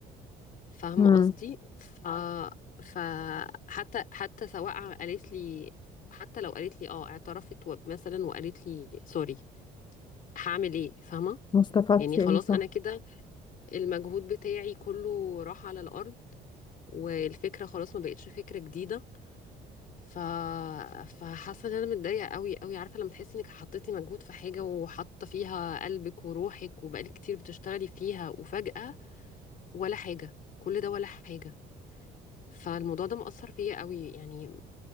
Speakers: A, on the left; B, on the left.
A: فاهمه
B: مم.
A: قصدي ف فحتى حتى حتى سواء قالت لي حتى لو قالت لي اه اعترفت و- مثلا وقالت لي سوري هعمل ايه فاهمه
B: ما استفدتي
A: يعني خلاص
B: ايه صح؟
A: انا كده المجهود بتاعي كله راح على الارض والفكره خلاص ما بقتش فكره جديده ف فحاسه ان انا متضايقه قوي قوي عارفه لما تحسي انك حطيتي مجهود في حاجه وحاطه فيها قلبك وروحك وبقالك كتير بتشتغلي فيها وفجاه ولا حاجه كل ده ولا حاجه فالموضوع ده مأثر فيا قوي يعني